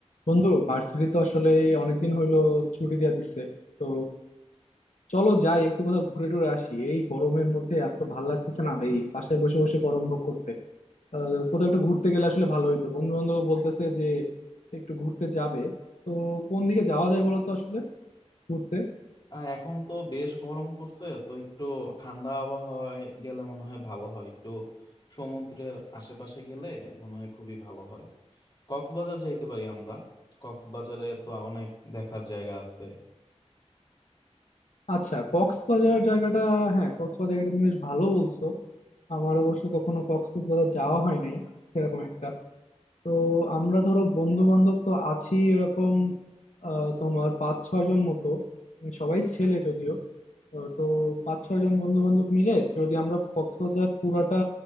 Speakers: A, on the left; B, on the left.
A: বন্ধু ভার্সিটি তো আসলে অনেকদিন হইলো ছুটি দিয়ে দিচ্ছে তো চলো যাই একটু কোথাও ঘুরে টুরে আসি এই গরমের মধ্যে আর তো ভাল লাগতেছে না এই বাসায় বসে বসে গরম ভোগ করতে আহ, কোথাও একটু ঘুরতে গেলে আসলে ভালো হইতো বন্ধু বান্ধব বলতেছে যে একটু ঘুরতে যাবে তো কোন দিকে যাওয়া যায় বলো তো আসলে ঘুরতে
B: আহ, এখন তো বেশ গরম পড়ছে তো একটু ঠান্ডা আবহাওয়ায় গেলে মনে হয় ভালো হয় একটু সমুদ্রের আশেপাশে গেলে মনে হয় খুবই ভালো হয় কক্সবাজার যাইতে পারি আমরা কক্সবাজারে তো অনেক দেখার জায়গা আছে
A: আচ্ছা কক্সবাজার জায়গাটা হ্যাঁ কক্সবাজার জায়গাটা তুমি বেশ ভালো বলছো আমার অবশ্য কখনো কক্সবাজার যাওয়া হয় নাই সেরকম একটা তো আমরা ধরো বন্ধু বান্ধব তো আছি এরকম আহ, তোমার পাঁচ ছয় জন মতো উম, সবাই ছেলে যদিও আহ, তো পাঁচ ছয় জন বন্ধু বান্ধব মিলে যদি আমরা কক্সবাজার পুরাটা